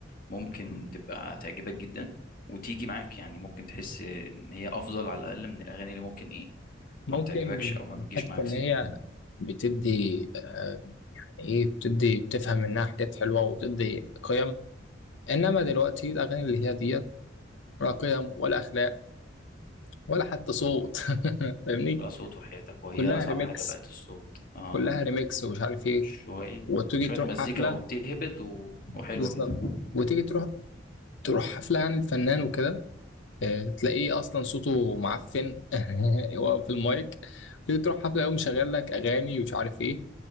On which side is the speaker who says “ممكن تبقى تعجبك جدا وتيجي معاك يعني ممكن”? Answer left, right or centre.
Left